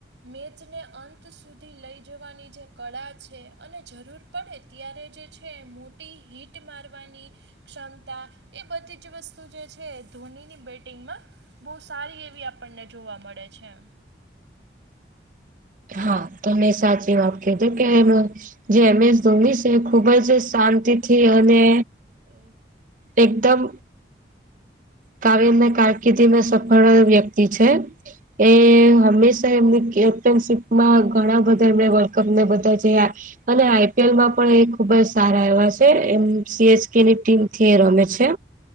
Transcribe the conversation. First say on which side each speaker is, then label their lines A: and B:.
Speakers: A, on the right (about 85°); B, on the right (about 45°).
A: મેજને અંત સુધી લઈ જવાની જે કળા છે અને જરૂર પડે ત્યારે જે છે મોટી હીટ મારવાની ક્ષમતા એ બધી જ વસ્તુ જે છે ધોનીની બેટિંગમાં બહુ સારી એવી આપણને જોવા મળે છે
B: હા તમે સાચી વાત કજો કે જે એમએસ ધમ છે ખુબ જ શાંતિથી અને એકદમ કાવ્ય ને કારકિર્દી મે સફળ વ્યક્તિ છે એ હંમેશા એમની કેપ્ટનશીપમાં ઘણા બધા એમને વર્લ્ડ કપને બધા જે આ અને આઈ પી એલ માં પણ એ ખુબ જ સારા એવા છે એમ સી એસ કે ની ટીમથી રમે છે.